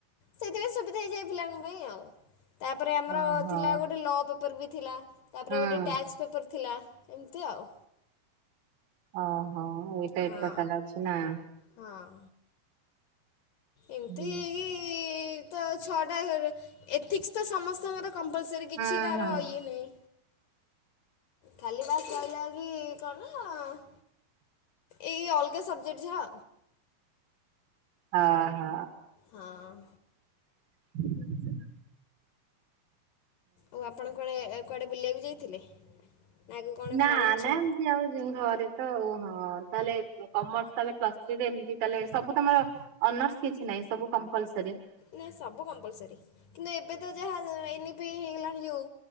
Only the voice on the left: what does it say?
ସେଥିପାଇଁ ସୁବିଧା ହେଇଯାଏ ପିଲାଙ୍କ ପାଇଁ ଆଉ। ତାପରେ ଆମର
ଥିଲା ଗୋଟେ ଲ ପେପର ବି ଥିଲା। ତାପରେ
ଗୋଟେ ଟ୍ୟାଚ ପେପର ଥିଲା, ଏମତି ଆଉ।
ହଁ
ହଁ। ଏମତି
ଏଇ ତ ଛଅଟା ଏଥିକ୍ସ ତ ସମସ୍ତଙ୍କର କମ୍ପଲସରି କିଛି
କାହାର ଇଏ ନାହିଁ। ଖାଲି ବାସ ରହିଲା କି କଣ ଏଇ ଅଲଗା ସବଜେକ୍ଟ ଯାହା।
ହଁ
ଆଉ ଆପଣ କୁଆ କୁଆଡେ ବୁଲିଆକୁ ଯାଇଥିଲେ? ନା ଆଗକୁ କ'ଣ
ପ୍ଲାନ୍ ଅଛି
ନାଇଁ ସବୁ କମ୍ପଲସରି କିନ୍ତୁ ଏବେ ତ ଯାହା ଏନ ଇ ପି ହେଇଗଲାଣି ଯୋଉ